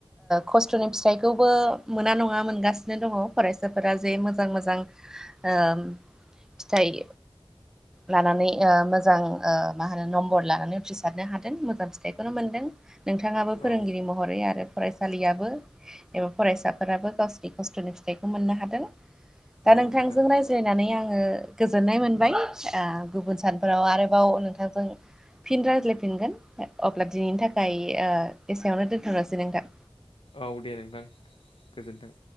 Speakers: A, in the centre; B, on the left.
A: खस्थ'नि फिथाइखौबो मोना नङा मोनगासिनो दङ फरायसाफोरा जे मोजां मोजां फिथाइ लानानै ओ मोजां मा होनो नम्बर लानानै उथ्रिसारनो हादों मोजां फिथाइखौनो मोनदों नोंथाङाबो फोरोंगिरि
B: औ
A: महरै आरो फरायसालियाबो एबा फरायसाफोराबो गावसिनि खस्थ'नि फिथाइखौ मोननो हादों दा
B: औ
A: नोंथांजों
B: नोंथां
A: रायज्लायनानै आङो गोजोननाय मोनबाय गुबुन सानफोराव आरोबाव नोंथांजों फिन रायज्लायफिनगोन अब्ला दिनैनि थाखाय ओ एसेयावनो दोन्थ'नोसै नोंथां
B: औ दे नोंथां गोजोन्थों